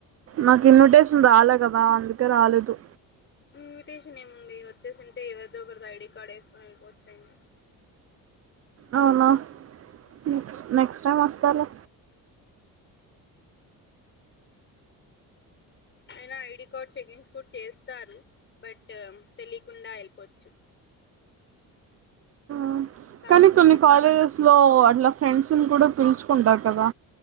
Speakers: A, on the right (about 40°); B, on the left (about 30°).
A: నాకు ఇన్విటేషన్ రాలే గాదా అందుకే రాలేదు.
B: ఇన్విటేషన్ ఏముంది. వచ్చేసుంటే ఎవరిదో ఒకరిది ఐడి కార్డ్ ఏసుకొని ఏళ్ళిపోవచ్చు. ఏం కాదు.
A: అవునా నెక్స్ట్ నెక్స్ట్ టైం వస్తలె.
B: అయినా ఐడి కార్డ్ చెకింగ్స్ కూడా చేస్తారు. బట్ తెలియకుండా వెళ్పోవచ్చు.
A: మ్
B: చానా
A: కానీ
B: దొడ్డిది
A: కొన్ని కాలేజెస్ లో అట్లా ఫ్రెండ్స్ కొని కూడా పిలుచుకుంటారు. కదా